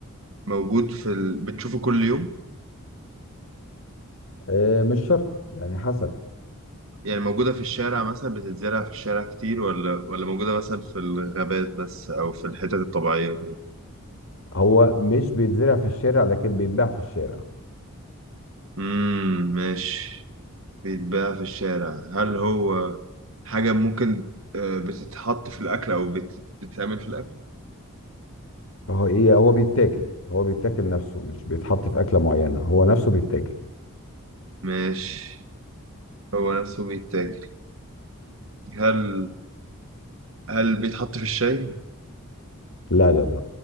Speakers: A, on the right; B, on the left.
A: موجود في ال... بتشوفه كل يوم
B: آه مش شرط يعني حسب
A: يعني موجودة في الشارع مثلا بتتزرع في الشارع كتير ولا ولا موجودة مثلا في الغابات بس أو في الحتت الطبيعية
B: هو مش بيتزرع في الشارع لكن بيتباع في الشارع
A: امم ماشي بيتباع في الشارع هل هو حاجة ممكن آه، بتتحط في الأكل أو بت- بتتعمل في الأكل
B: هو ايه هو بيتاكل هو بيتاكل نفسه مش بيتحط في اكله معينه هو نفسه بيتاكل
A: ماشي هو نفسه بيتاكل هل هل بيتحط في الشاي
B: لا لا لا